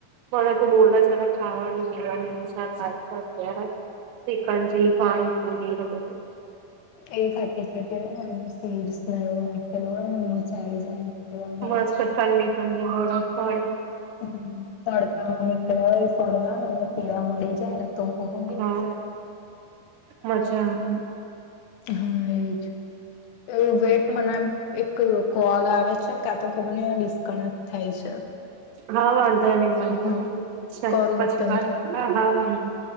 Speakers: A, on the right; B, on the left.
A: ભલે તું બોલે છે ને ખાવાનું પીવાનું સાર થાય. સિકંદજી પાણી પૂરીને બધુ
B: એ ખાટી ખાટી હોય ને એ સીડસ ને એવું નાખેલું હોય ને મજા આવી જાય.
A: મસ્ત
B: પીવાની
A: ચાલલી ઠંડી બો સળ
B: હમ તડકા હ ક ફરવાનું ને પીવા મળી જાય ને તો હમ
A: હા મજા આવે
B: હા એજ એવું વેટ મનામ એક કોલ આવે છે ક્યા તો ખબર ન કણક થાય છે.
A: હવા. ન વાંધો
B: હા
A: સા
B: કરું
A: પછી
B: હું તને
A: હ
B: ચેક
A: હા વાંધો. હ.